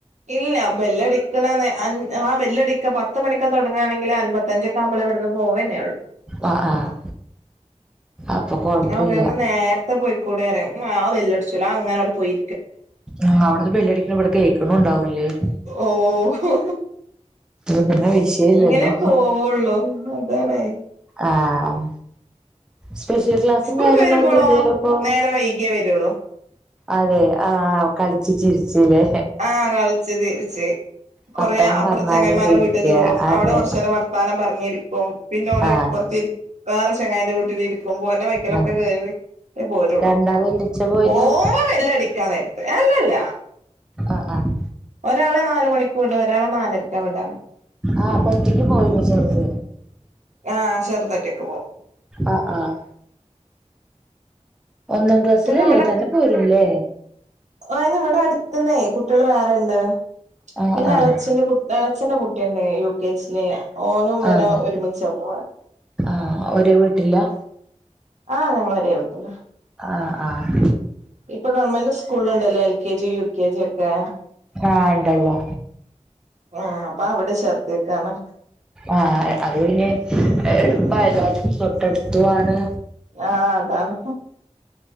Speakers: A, on the right (about 70°); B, in the centre.
A: ഇല്ല ബെല്ലടിക്കണനേ ആ ബെല്ലടിക്ക പത്ത് മണിക്ക തൊടങ്ങാണെങ്കിലൻപത്തഞ്ച് നമ്മളെ ഇവിടുന്ന് പോവന്നെ ഒള്ളൂ
B: ആ ആഹ് അപ്പൊ കൊഴപ്പില്ല
A: ഞാൻ പറയു ഒന്ന് നേര്ത്തെ പോയിക്കൂടെറയും ആ ബെല്ലട്ച്ചുല അങ്ങനെ അവിടെ പോയി
B: ആഹ് അവിടുന്ന് ബെല്ലടിക്കണ ബടെ കേക്ക്ണു ണ്ടാവുലേ
A: ഓഹ്
B: പിന്നെ വിഷയല്ലല്ലോ
A: അങ്ങനെ പോവുള്ളൂ അതാണേ
B: ആഹ് സ്പെഷ്യൽ ക്ലാസും
A: സ്കൂൾട്ട്
B: കാര്യങ്ങളൊന്നും
A: വരുമ്പോളോ
B: ഇല്ലല്ലോ പ്പൊ
A: നേരം വൈകിയേ വരുള്ളൂ
B: അതെ ആഹ് കൾച്ച് ചിരിച്ചില്ലേ
A: ആഹ് കളിച്ചു തിരിച്ച് കൊറേ
B: വർത്താനം
A: അപ്പർത്തെചെങ്ങായിമാരെ
B: പറഞ്ഞാലും തീരില്ല
A: വീട്ടു കേറും,
B: അതെ
A: അവിടെ കൊർച്ചേരം വർത്താനം പർഞ്ഞിരിക്കും. പിന്നെ ഓന്റെ
B: ആഹ്
A: ഇപ്പർത്തിര് വേറെ ചെങ്ങായ്ന്റെ വീട്ടിലിരിക്കും പോര്ന വൈക്കലൊക്കെ
B: ആഹ്
A: കേറി ട്ടേ പോരുള്ളു.
B: രണ്ടാളും ഒന്നിച്ചാ പോരാ
A: പോവുമ്പോ ബെല്ലടിക്കാൻ നേര്ത്ത് അല്ലല്ല
B: ആ അഹ്
A: ഒരാളെ നാല് മണിക്ക്വ്ടും ഒരാളെ നാലരക്കാ വിടാ
B: ആഹ് അപ്പൊറ്റക്ക് പോയ്ര്ഓ ചെറ്ത്
A: ആഹ് ചെറുതൊറ്റക്ക് പോവും
B: ആഹ് ആഹ് ഒന്നാം ക്ലാസ്സിലല്ലേ
A: പിന്നെ
B: തന്നെ പോരുംല്ലേ
A: ഓനിവിടടുത്തന്നെ കുട്ടികള് വേറ്ണ്ട്
B: ആഹ്
A: പിന്നെളേച്ചന്റെ
B: ആഹ്
A: കു എളേച്ചന്റെ കുട്ടിയ്ണ്ടേ യു കെ ജില് ഓനും ഇവനും
B: ആഹ്
A: ഒരുമിച്ചാ പോവാ
B: ആഹ് ഒരേ വീട്ടിലാ
A: ആഹ് ഞങ്ങളൊരേ വീട്ടിലാ
B: ആഹ് ആഹ്
A: ഇപ്പൊ ഗവൺമെന്റ് സ്കൂളില്ണ്ടല്ലോ എൽ കെ ജിയും യു കെ ജിയൊക്കെ
B: ആഹ് ഇണ്ടല്ലോ
A: ആഹ് അപ്പവിടെ ചേർത്തേക്കാണ്
B: ആഹ് അത് പിന്നെ എളുപ്പായല്ലോ തൊട്ടടുത്തുആണ്
A: ആഹ് അതാണ്